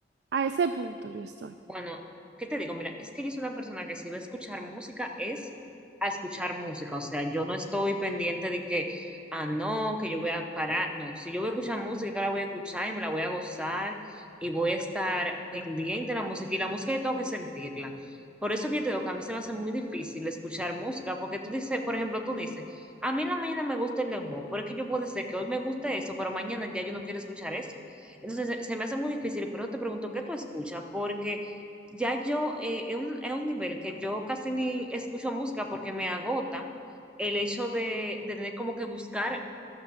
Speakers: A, on the right; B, in the centre.
A: A ese punto yo estoy.
B: Bueno, ¿qué te digo? Mira, es que yo soy una persona que si va a escuchar música es a escuchar música. O sea, yo no estoy pendiente de que, ah, no, que yo voy a parar. No, si yo voy a escuchar música, que la voy a escuchar y me la voy a gozar y voy a estar pendiente de la música. Y la música yo tengo que sentirla. Por eso que yo te digo que a mí se me hace muy difícil escuchar música, porque tú dices, por ejemplo, tú dices, a mí en la mañana me gusta el dembow, porque yo puedo decir que hoy me guste eso, pero mañana ya yo no quiero escuchar eso. Entonces se, se me hace muy difícil, por eso te pregunto, ¿qué tú escuchas? Porque ya yo, eh, es un, es un nivel que yo casi ni escucho música porque me agota el hecho de, de tener como que buscar